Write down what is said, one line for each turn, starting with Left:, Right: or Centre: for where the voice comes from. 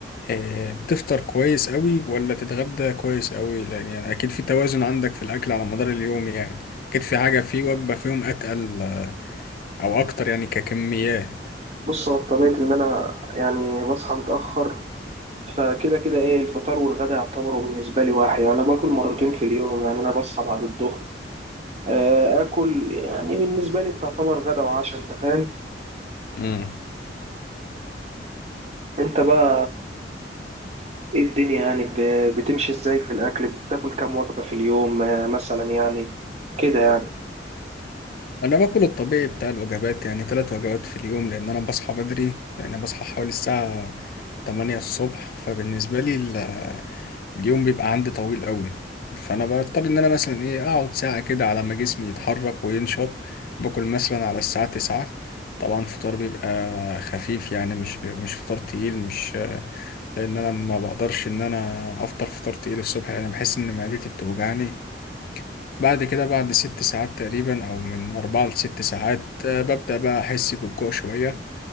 Left: آه، بتفطر كويس قوي ولا تتغدى كويس قوي لان يعني اكيد في توازن عندك في الاكل على مدار اليوم يعني اكيد في حاجة في وجبة فيهم اتقل آه، او اكتر يعني ككميات
Right: بص هو بطبيعة ان انا يعني بصحى متأخر فكده كده ايه الفطار والغدا يعتبروا بالنسبه لي واحد يعني انا باكل مرتين في اليوم يعني انا بصحى بعد الظهر آه، اكل يعني بالنسبه لي بتعتبر غدا وعشاء انت فاهم
Left: امم
Right: انت بقى ايه الدنيا يعني ب- بتمشي ازاي في الاكل بتاكل كام وجبه في اليوم آه، مثلا يعني كده يعني
Left: انا باكل الطبيعي بتاع الوجبات يعني ثلاث وجبات في اليوم لان انا بصحى بدري يعني بصحى حوالي الساعة 8 الصبح فبالنسبة لي ال- اليوم بيبقى عندي طويل قوي فانا بضطر ان انا مثلا ايه اقعد ساعة كده على ما جسمي يتحرك وينشط باكل مثلا على الساعة 9 طبعا فطار بيبقى خفيف يعني مش مش فطار تقيل مش لان انا ما بقدرش ان انا افطر فطار تقيل الصبح لان بحس ان معدتي بتوجعني بعد كده بعد ست ساعات تقريبا أو من أربعة لست ساعات آه، ببدأ بقى أحس بالجوع شوية